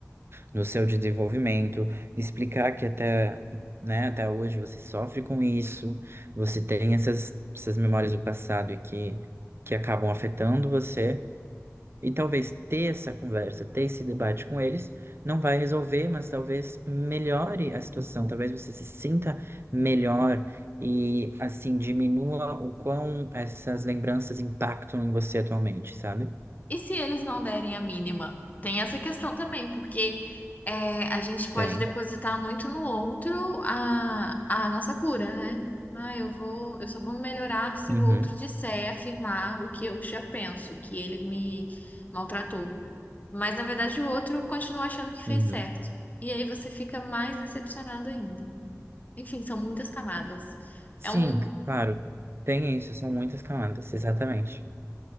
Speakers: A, on the right (about 50°); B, on the left (about 30°).
A: do seu desenvolvimento, explicar que até, né, até hoje você sofre com isso, você tem essas, essas memórias do passado e que, que acabam afetando você, e talvez ter essa conversa, ter esse debate com eles, não vai resolver, mas talvez melhore a situação, talvez você se sinta melhor e, assim, diminua o quão essas lembranças impactam em você atualmente, sabe?
B: E se eles não derem a mínima? Tem essa questão também, porque é, a gente pode
A: Tem.
B: depositar muito no outro a, a nossa cura, né? Ah, eu vou, eu só vou melhorar se
A: Uhum,
B: o outro disser, afirmar o que eu já penso, que ele me maltratou. Mas na verdade o outro continua achando que fez
A: uhum.
B: certo. E aí você fica mais decepcionado ainda. Enfim, são muitas camadas.
A: Sim,
B: É um.
A: claro. Tem isso, são muitas camadas, exatamente.